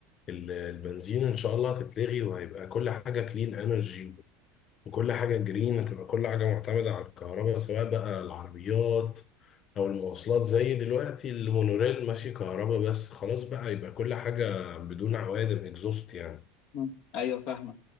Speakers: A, on the left; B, on the left.
A: البنزين ان شاء الله هتتلغي وهيبقى كل حاجه كلين انرجي وكل حاجه جرين هتبقى كل حاجه معتمده على الكهرباء سواء بقى العربيات او المواصلات زي دلوقتي المونوريل ماشي كهرباء بس خلاص بقى يبقى كل حاجه بدون عوادم اكزوست يعني
B: مم. ايوه فاهمه